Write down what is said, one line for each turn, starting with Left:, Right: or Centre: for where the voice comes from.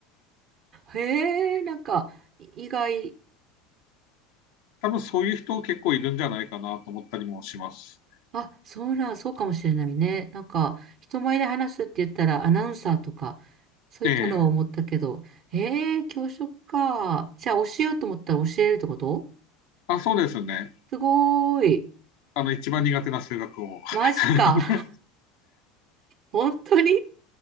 Right: へえ、なんか、い意外、
Left: 多分そういう人結構いるんじゃないかなと思ったりもします。
Right: あ、そうなん、そうかもしれないね。なんか、人前で話すって言ったら、アナウンサーとか、そういったのを思ったけど、
Left: ええ。
Right: へえ、教職か。じゃあ、教えようと思ったら教えれるってこと
Left: あ、そうですね。
Right: すごーい。
Left: あの、一番苦手な数学を。
Right: マジか。
Left: <laughs>
Right: <laughs> 本当に